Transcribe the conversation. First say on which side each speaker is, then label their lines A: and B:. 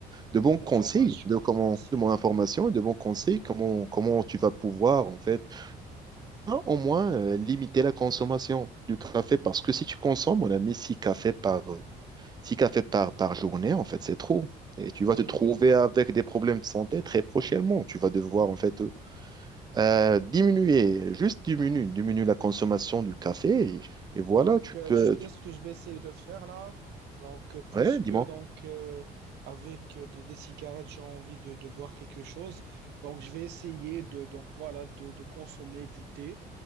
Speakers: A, on the right; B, on the right.
A: de bons conseils,
B: L'information,
A: de comment,
B: elle est passée.
A: de mon information et de bons conseils, comment, comment tu vas pouvoir, en fait, hein, au moins, euh, limiter la consommation du café. Parce que si tu consommes, on a mis six cafés par, euh, Six cafés par, par journée, en fait, c'est trop. Et tu vas
B: Oui,
A: te trouver
B: oui, oui.
A: avec des problèmes de santé très prochainement. Tu vas devoir, en fait, euh, euh, diminuer, juste diminuer, diminuer la consommation du café. Et, et voilà,
B: Donc,
A: tu
B: euh,
A: peux...
B: tu sais
A: tu-
B: ce que je vais essayer de faire là. Donc, euh, puisque
A: Ouais, dis-moi.
B: donc euh, avec euh, des, des cigarettes, j'ai envie de, de boire quelque chose. Donc, je vais essayer de donc voilà de, de consommer du thé